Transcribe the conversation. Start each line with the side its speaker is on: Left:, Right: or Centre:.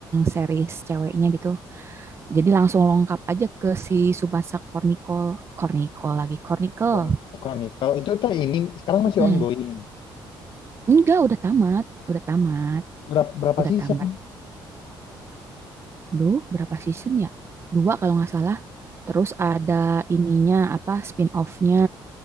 Right: series ceweknya gitu. Jadi langsung lengkap aja ke si Tsubasa Chronicles, Chronicles lagi Chronicle.
Left: Chron- Chronicle itu tuh ini sekarang masih
Right: Mm-mm.
Left: ongoing.
Right: Enggak, udah tamat, udah tamat,
Left: Berapa, berapa
Right: udah
Left: season?
Right: tamat. Duh, berapa season ya? Dua kalau nggak salah. Terus ada ininya, apa, spin-off-nya.